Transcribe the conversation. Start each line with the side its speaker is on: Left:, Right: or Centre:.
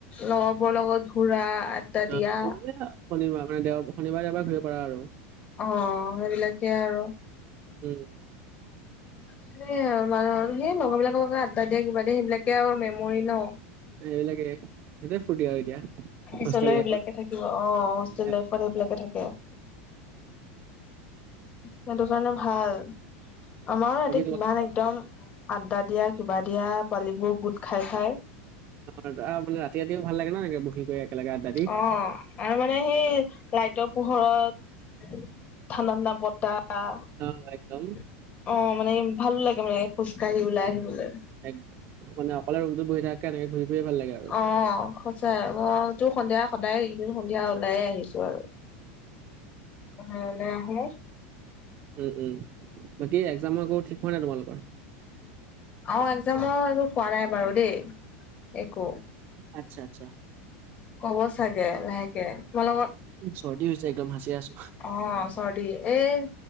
Left: লগৰবোৰৰ লগত ঘূৰা, আড্ডা দিয়া
Right: অ তুমি শনিবাৰ মানে দেও শনিবাৰে এবাৰ ঘূৰিব পাৰা আৰু।
Left: অ সেইবিলাকে আৰু।
Right: উম!
Left: সেইয়া আৰু মানে হল কি লগৰ বিলাকৰ লগত আড্ডা দিয়া, কিবা দিয়া সেইবিলাকে আৰু মেমৰি ন!
Right: এইবিলাকে সেইটোৱে ফূৰ্তি আৰু এতিয়া।
Left: পিছলৈ
Right: হোষ্টেল
Left: সেইবিলাকে
Right: লাইফত
Left: থাকিব, অ সেইবিলাকে
Right: এ,
Left: থাকে, সেইটো কাৰণে ভাল। আমাৰো ইয়াতে
Right: বাকী তোমালোকৰ
Left: কিমান একদম আড্ডা দিয়া, কিবা দিয়া, পোৱালিবোৰ গোট খায়, খায়।
Right: অ বোলে ৰাতি ৰাতিও ভাল লাগে ন! একে বহি কৰি একেলগে আড্ডা দি।
Left: অ, আৰু মানে সেই লাইটৰ পোহৰত, ঠাণ্ডা ঠাণ্ডা বতাহ, আহ,
Right: অ' একদম
Left: অ মানে ভালো লাগে মানে খোজ কঢ়ি ওলাই আহিবলৈ।
Right: এক মানে অকলে ৰুমটোত বহি থকাতকে এনেকে ঘূৰি ফুৰিয়ে ভাল লাগে। আৰু
Left: অ সঁচাই, মইতো সন্ধিয়া সদায় এইকেইদিন সন্ধিয়া ওলায়ে আহিছো আৰু। অঁ! ওলাই আহে।
Right: উম, উম! বাকী একজামৰ আকৌ ঠিক হোৱা নাই তোমালোকৰ?
Left: অ একজামৰ আৰু কোৱা নাই বাৰু দেই একো।
Right: আচ্ছা, আচ্ছা,
Left: কব চাগে লাহেকে, তোমালোকৰ
Right: চৰ্দি হৈছে একদম সাচিয়াই আছোঁ।
Left: অ চৰ্দি, এই